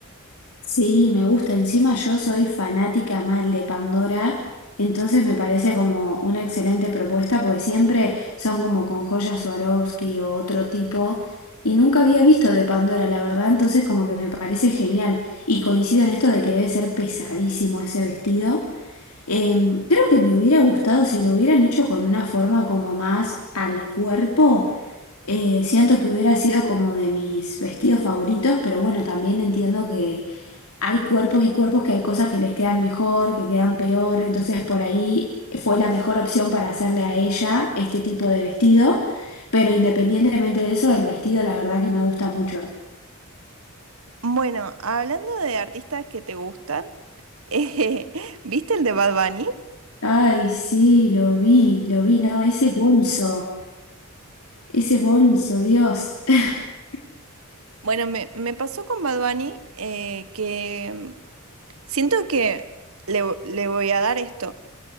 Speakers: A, on the left (about 85°); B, on the right (about 75°).
A: Sí, me gusta. Encima yo soy fanática mal de Pandora, entonces me parece como una excelente propuesta, porque siempre son como con joyas Swarovski o otro tipo, y nunca había visto de Pandora, la verdad, entonces como que me parece genial. Y coincido en esto de que debe ser pesadísimo ese vestido. Em, creo que me hubiera gustado si lo hubieran hecho con una forma como más al cuerpo. eh, siento que hubiera sido como de mis vestidos favoritos, pero bueno, también entiendo que hay cuerpos y cuerpos que hay cosas que les quedan mejor, que quedan peor, entonces por ahí fue la mejor opción para hacerle a ella este tipo de vestido, pero independientemente de eso, el vestido la verdad que me gusta mucho.
B: Bueno, hablando de artistas que te gustan, <laughs> eh, ¿viste el de Bad Bunny?
A: Ay, sí, lo vi, lo vi, no, ese bolso, ese bolso, Dios. <laughs>
B: Bueno, me, me pasó con Bad Bunny eh, que mm, siento que le, vo- le voy a dar esto.